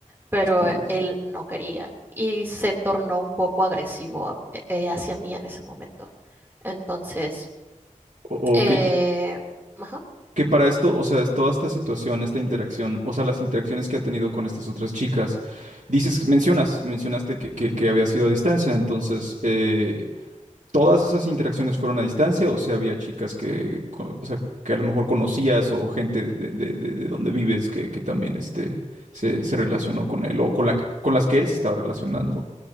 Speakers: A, on the right; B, on the right.
A: pero
B: sí, sí,
A: él
B: sí.
A: no quería y se tornó un poco agresivo eh, eh, hacia mí en ese momento. Entonces,
B: O-
A: eh,
B: o que,
A: ajá,
B: que para esto, o sea, es toda esta situación, esta interacción, o sea, las interacciones que ha tenido con estas otras chicas, dices, mencionas, mencionaste que, que, que había sido a distancia, entonces, eh, ¿todas esas interacciones fueron a distancia o sea, había chicas que, co- o sea, que a lo mejor conocías o gente de, de, de- de- de donde vives que, que también este, se, se relacionó con él o con la, con las que él se estaba relacionando?